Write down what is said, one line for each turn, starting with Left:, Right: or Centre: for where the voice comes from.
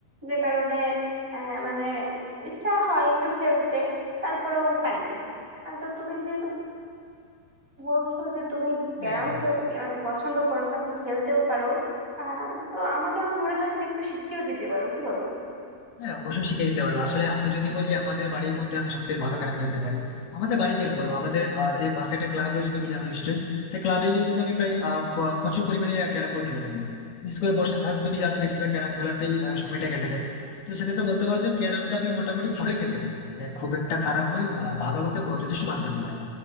Right: যে কারণে আহ, মানে ইচ্ছা হয় একটু খেলতে তারপরেও পারি না আহ, তো তুমি যেহেতু বলছো যে তুমি ক্যারাম
Left: হ্যাঁ
Right: খেল মানে পছন্দ করো তাহলে খেলতেও পারো আহ তো আমাকে আমার মনে হয় তুমি একটু শিখিয়েও দিতে পারো কি বলো
Left: হ্যাঁ অবশ্যই শিখিয়ে দিতে পারবো আসলে আমি যদি বলি আমাদের বাড়ির মধ্যে আমি সব থেকে ভালো ক্যারাম খেলতে পারি আমাদের বাড়ি কেন বলবো আমাদের আহ, যে পাশে একটা ক্লাব রয়েছে তুমি জানো নিশ্চয়ই সেই ক্লাবে গিয়ে কিন্তু আমি প্রায় আহ, প- প্রচুর পরিমাণে ক্যারাম বোর্ড খেলে থাকি বিশেষ করে বর্ষাকালে তো তুমি জানো বেশিরভাগ ক্যারাম খেলাতেই আহ, সময়টা কেটে যায় তো সেক্ষেত্রে বলতে পারো যে ক্যারামটা আমি মোটামুটি ভালোই খেলতে পারি মানে খুব একটা খারাপ নয় আহ, ভালো বলতে যথেষ্ট ভালো খেলতে পারি